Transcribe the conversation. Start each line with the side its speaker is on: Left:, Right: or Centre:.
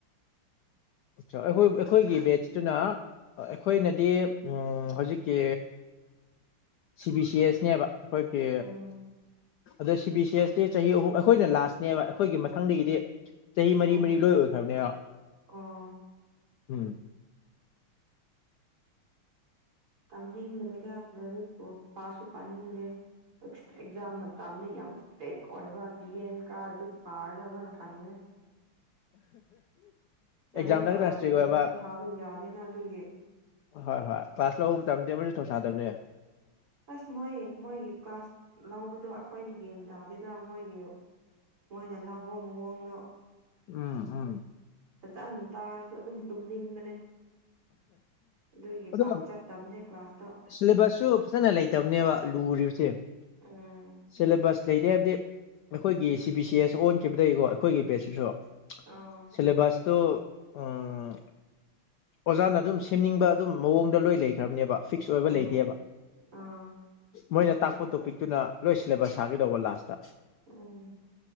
Left: ꯑ ꯑꯩꯈꯣꯏ ꯑꯩꯈꯣꯏꯒꯤ ꯕꯦꯠꯁꯇꯨꯅ ꯑꯩꯈꯣꯏꯅꯗꯤ ꯍꯧꯖꯤꯛꯀꯤ ꯁꯤ ꯕꯤ ꯁꯤ ꯑꯦꯁꯅꯦꯕ ꯑꯩꯈꯣꯏꯒꯤ
Right: ꯎꯝ
Left: ꯑꯗ ꯁꯤ ꯕꯤ ꯁꯤ ꯑꯦꯁ ꯆꯍꯤ ꯑꯍꯨꯝ ꯑꯩꯈꯣꯏꯅ ꯂꯥꯁꯅꯦꯕ ꯑꯩꯈꯣꯏꯒꯤ ꯃꯊꯪꯗꯒꯤꯗꯤ ꯆꯍꯤ ꯃꯔꯤ
Right: ꯑꯣ
Left: ꯃꯔꯤ ꯂꯣꯏ ꯑꯣꯏꯈ꯭ꯔꯕꯅꯦ
Right: ꯑꯣ
Left: ꯎꯝ
Right: ꯇꯝꯅꯤꯡꯗ꯭ꯔꯦꯗ ꯂꯔꯤꯄꯣ ꯄꯁꯨ ꯄꯅꯤꯡꯗꯦ ꯑꯦꯛꯖꯥꯝ ꯃꯇꯗ ꯌꯥꯝ ꯏꯁꯇ꯭ꯔꯦ ꯑꯣꯏꯕ ꯗꯤ ꯀꯔꯗꯤ ꯐꯥꯔꯗꯕꯅ ꯈꯥꯟꯅꯤꯅꯦ ꯂꯥꯏꯔꯤꯛ
Left: ꯑꯦꯖꯝ ꯇ
Right: ꯄꯥꯗ꯭ꯔꯗꯤ
Left: ꯈ ꯍꯥꯏꯁꯤꯒꯣ
Right: ꯑꯦꯛꯖꯥꯝ
Left: ꯑꯕ
Right: ꯊꯥꯕ ꯌꯥꯗꯦꯅ ꯑꯗꯨꯒꯤ
Left: ꯍꯣꯏ ꯍꯣꯏ ꯀ꯭ꯂꯥꯁ ꯂꯧꯕ ꯃꯇꯝꯗ ꯑꯃꯁꯨ ꯊꯧꯁꯥꯗꯕꯅꯦ
Right: ꯑꯁ ꯃꯣꯏ ꯃꯣꯏꯒꯤ ꯀ꯭ꯂꯥꯁ ꯂꯧꯕꯗꯣ ꯑꯩꯈꯣꯏꯗ ꯒ꯭ꯟ ꯇꯥꯗꯣꯏꯗ ꯃꯣꯏꯒꯤ ꯃꯣꯏꯅ ꯂꯥꯎꯕ ꯃꯑꯣꯡꯗꯣ
Left: ꯎꯝ ꯎꯝ
Right: ꯐꯖꯍꯟ ꯇꯥꯔꯁꯨ ꯑꯗꯨꯝ ꯇꯨꯝꯅꯤꯡꯕꯅꯦ ꯑꯗꯨꯒꯤ
Left: ꯑꯗꯣ
Right: ꯄꯥꯛ ꯆꯠꯇꯕꯅꯦ ꯀ꯭ꯂꯥꯁꯇꯣ
Left: ꯁꯤꯂꯦꯕꯁꯁꯨ ꯐꯖꯅ ꯂꯩꯇꯕꯅꯦꯕ ꯂꯨꯔꯤꯕꯁꯦ
Right: ꯎꯝ
Left: ꯁꯤꯂꯦꯕꯁ ꯂꯩꯔꯦ ꯍꯥꯏꯕꯗꯤ ꯑꯩꯈꯣꯏꯒꯤ ꯁꯤ ꯕꯤ ꯁꯤ ꯑꯦꯁ ꯑꯣꯟꯈꯤꯕꯗꯒꯤꯀꯣ ꯑꯩꯈꯣꯏꯒꯤ ꯕꯦꯁꯁꯤꯁꯨ
Right: ꯑꯥ
Left: ꯁꯤꯂꯦꯕꯁꯇꯣ ꯎꯝ ꯑꯣꯖꯥꯅ ꯑꯗꯨꯝ ꯁꯦꯝꯅꯤꯡꯕ ꯑꯗꯨꯝ ꯃꯑꯣꯡꯗ ꯂꯣꯏ ꯂꯩꯈ꯭ꯔꯕꯅꯦꯕ ꯐꯤꯛꯁ ꯑꯣꯏꯕ
Right: ꯎꯝ
Left: ꯂꯩꯇꯦꯕ
Right: ꯑꯥ
Left: ꯃꯣꯏꯅ ꯇꯥꯛꯄ ꯇꯣꯄꯤꯛꯇꯨꯅ ꯂꯣꯏ ꯁꯤꯂꯦꯕꯁ ꯁꯥꯒꯗꯧꯕ ꯂꯥꯁꯇ
Right: ꯎꯝ